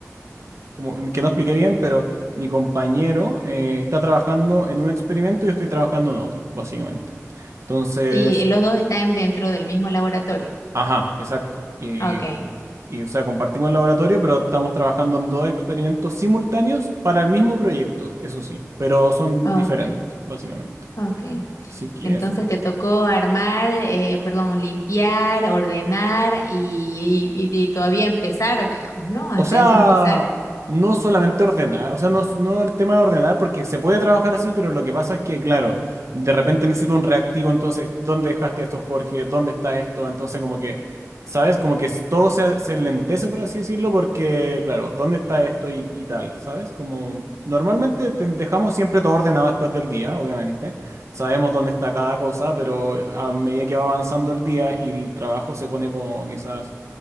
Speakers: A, on the right; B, on the left.
A: como que no expliqué bien, pero mi compañero eh, está trabajando en un experimento y yo estoy trabajando en otro, básicamente. Entonces,
B: Y los dos están dentro del mismo laboratorio.
A: ajá, exacto. Y,
B: Ah, Ok,
A: y, o sea, compartimos el laboratorio, pero estamos trabajando en dos experimentos simultáneos para el mismo proyecto, eso sí, pero son
B: Ah,
A: diferentes,
B: ok,
A: básicamente.
B: ok.
A: Así que
B: Entonces
A: eso.
B: te tocó armar, eh, perdón, limpiar, ordenar y, y- y todavía empezar, digamos, ¿no? Hasta
A: O sea,
B: eso empezar.
A: no solamente ordenar, o sea, no, no el tema de ordenar, porque se puede trabajar así, pero lo que pasa es que, claro, de repente necesito un reactivo, entonces, ¿dónde dejaste esto, Jorge? ¿Dónde está esto? Entonces, como que, ¿sabes? Como que es- todo se, se enlentece, por así decirlo, porque, claro, ¿dónde está esto y, y tal? ¿Sabes? Como, normalmente te- dejamos siempre todo ordenado después del día, obviamente. Sabemos dónde está cada cosa, pero a medida que va avanzando el día y el trabajo se pone como quizás